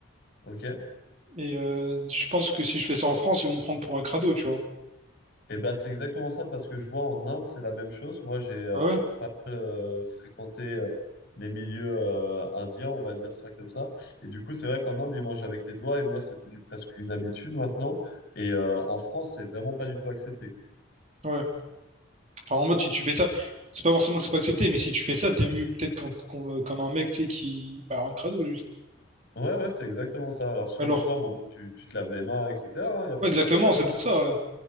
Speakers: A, on the left; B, on the right.
A: Ok.
B: Et euh, je pense que si je fais ça en France, ils vont me prendre pour un crado, tu vois.
A: Eh ben, c'est exactement ça parce que je vois en Inde, c'est la même chose. Moi, j'ai euh,
B: Ah ouais?
A: pas mal euh, fréquenté euh, les milieux euh, indiens, on va dire ça comme ça. Et du coup, c'est vrai qu'en Inde, ils mangent avec les doigts et moi, c'est devenu presque une habitude maintenant. Et euh, en France, c'est vraiment pas du tout accepté, quoi.
B: Ouais. Enfin, en mode, si tu
A: C'est-
B: fais ça, c'est pas forcément que c'est pas accepté, mais si tu fais ça, t'es vu peut-être quand- qu'on- euh, comme un mec, tu sais, qui. Bah, un crado, juste.
A: Ouais, ouais, c'est exactement ça. Alors, parce
B: Alors,
A: que pourtant, bon, tu, tu te laves les mains, etc., il n'y a pas
B: ouais, exactement,
A: de souci.
B: c'est pour ça, ouais.